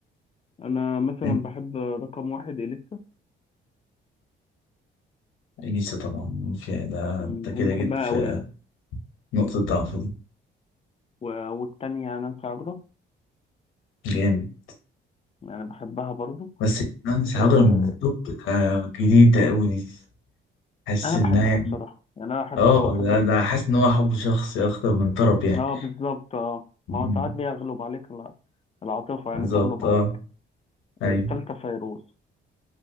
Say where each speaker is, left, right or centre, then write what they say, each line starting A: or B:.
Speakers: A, on the left; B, on the left.
A: أنا مثلا
B: انت
A: بحب رقم واحد إليسا
B: اليسا طبعا في ده
A: مم،
B: انت كده
A: أنا
B: جيت
A: بحبها
B: في
A: قوي يعني
B: نقطة ضعف دي
A: و- والتانية نانسي عجرم
B: جامد
A: أنا بحبها برضو
B: بس نانسي
A: آه،
B: عجرم من الطب ده جديد ده قوي دي حاسس
A: أنا
B: انها
A: بحبها
B: يعني
A: بصراحة يعني أنا بحبها
B: اه
A: وأحب
B: ده
A: أسمعها
B: ده حاسس ان هو حب شخصي اكتر من طرب يعني
A: اه بالظبط اه
B: مم.
A: ما هو ساعات بيغلب عليك الع- العاطفة يعني
B: بالظبط
A: تغلب
B: اه
A: عليك التالتة
B: ايوه
A: فيروز